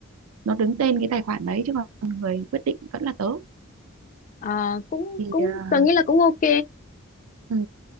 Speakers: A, on the right (about 85°); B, on the left (about 40°).
A: nó đứng tên cái tài khoản đấy chứ còn người quyết định vẫn là tớ
B: à cũng
A: thì
B: cũng
A: ờ,
B: tôi nghĩ là cũng ok
A: ừ,